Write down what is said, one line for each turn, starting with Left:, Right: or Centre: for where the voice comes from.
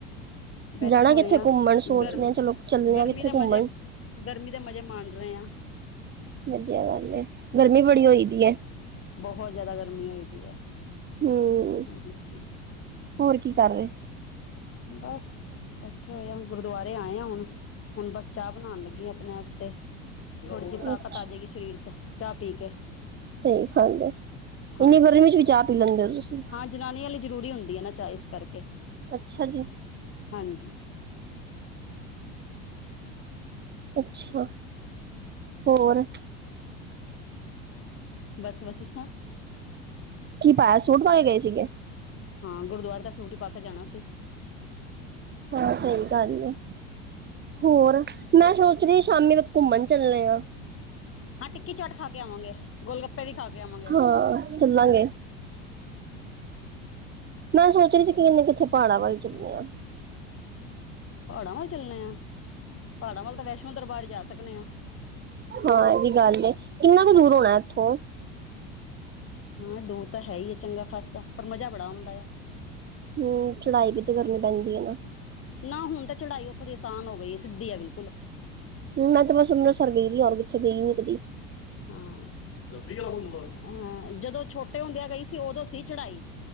Left: ਬੈਠੇ
Right: ਜਾਣਾ
Left: ਹੋਏ
Right: ਕਿੱਥੇ
Left: ਆ
Right: ਘੁੰਮਣ ਸੋਚਦੇ
Left: ਗਰਮ
Right: ਆ ਚਲੋ ਚੱਲੇ
Left: ਗਰਮੀ
Right: ਆ ਕਿੱਥੇ
Left: ਦਾ ਮਜ਼ਾ
Right: ਘੁੰਮਣ।
Left: ਗਰਮੀ ਦਾ ਮਜ਼ਾ ਮਾਣ ਰਹੇ ਹਾਂ
Right: ਵਧੀਆ ਗੱਲ ਏ, ਗਰਮੀ ਬੜੀ ਹੋਈ ਦੀ ਐ।
Left: ਬੋਹ ਜ਼ਿਆਦਾ ਗਰਮੀ ਹੋਈ ਦੀ ਐ।
Right: ਹੂੰ।
Left: ਹਾਂਜੀ।
Right: ਹੋਰ ਕੀ ਕਰ ਰੇ?
Left: ਬਸ ਬੈਠੇ ਹੋਏ ਆ ਗੁਰਦੁਵਾਰੇ ਆਏ ਆ ਹੁਣ, ਹੁਣ ਬਸ ਚਾਹ ਬਣਾਣ ਲੱਗੀ ਆਪਣੇ ਅਸਤੇ। ਥੋੜ੍ਹੀ ਜੀ ਤਾਕਤ
Right: ਅੱਛਾ
Left: ਆ ਜੇਗੀ ਸ਼ਰੀਰ 'ਚ ਚਾ ਪੀ ਕੇ।
Right: ਸਈ ਹਲ ਏ।
Left: ਹਾਂਜੀ-ਹਾਂਜੀ,
Right: ਇੰਨੀ ਗਰਮੀ ਚ ਵੀ ਚਾਹ ਪੀ ਲੈਂਦੇ ਹੋ ਤੁਸੀਂ
Left: ਹਾਂ ਜਨਾਨੀਆਂ ਲਈ ਜ਼ਰੂਰੀ ਹੁੰਦੀ ਏ ਨਾ ਚਾ‌ ਇਸ ਕਰਕੇ,
Right: ਅੱਛਾ ਜੀ
Left: ਹਾਂਜੀ।
Right: ਅੱਛਾ, ਹੋਰ?
Left: ਬਸ ਵਧੀਆ।
Right: ਕੀ ਪਾਇਆ ਸੂਟ ਪਾ ਕੇ ਗਏ ਸੀਗੇ?
Left: ਹਾਂ ਗੁਰਦੁਵਾਰੇ ਤਾਂ ਸੂਟ ਈ ਪਾ ਕੇ ਜਾਣਾ ਸੀ।
Right: ਹਾਂ ਸਈ ਗੱਲ ਏ, ਹੋਰ ਮੈਂ ਸੋਚ ਰੀ ਸ਼ਾਮੀ ਵਕ ਘੁੰਮਣ ਚੱਲੇ ਆ।
Left: ਹਾਂ ਟਿੱਕੀ ਚਾਟ ਖਾ ਕੇ ਆਵਾਂਗੇ ਗੋਲ ਗੱਪੇ ਵੀ ਖਾ ਕੇ ਆਵਾਂਗੇ
Right: ਹਾਂ। ਚੱਲਾਂਗੇ। ਮੈਂ ਸੋਚ ਰੀ ਸੀ ਕੀ ਏਨੇ ਕਿੱਥੇ ਪਹਾੜਾਂ ਵੱਲ ਚੱਲੇ ਆ।
Left: ਪਹਾੜਾਂ ਵੱਲ ਚੱਲੇ ਆ, ਪਹਾੜਾਂ ਵੱਲ ਤਾ ਵੈਸ਼ਨੋ ਦਰਬਾਰ ਜਾ ਸਕਨੇ ਆ।
Right: ਹਾਂ ਏ ਵੀ ਗੱਲ ਏ, ਕਿੰਨਾ ਕ ਦੂਰ ਹੋਣਾ ਐਥੋਂ?
Left: ਹਾਂ ਦੂਰ ਤਾਂ ਹੈ ਈ ਚੰਗਾ ਖਾਸਾ‌ ਪਰ ਮਜ਼ਾ ਬੜਾ ਆਉਂਦਾ ਆ।
Right: ਹੂੰ ਚੜਾਈ ਵੀ 'ਤੇ ਕਰਨੀ ਪੈਂਦੀ ਏ ਨਾ।
Left: ਨਾ ਹੁਣ 'ਤੇ ਚੜਾਈ ਉੱਥੋਂ ਦੀ ਅਸਾਨ ਹੋ ਗਈ ਏ ਸਿੱਧੀ ਐ ਬਿਲਕੁੱਲ।
Right: ਮੈਂ ਤਾਂ ਬਸ ਅੰਬਰਸਰ ਗਈ ਵੀ ਆ ਔਰ ਕਿੱਥੇ ਗਈ ਨੀ ਕਦੀ।
Left: ਹਾਂ, ਅਹਾ ਜਦੋਂ ਛੋਟੇ ਹੁੰਦੇ ਆ ਗਈ ਸੀ ਉਦੋਂ ਸੀ ਚੜਾਈ।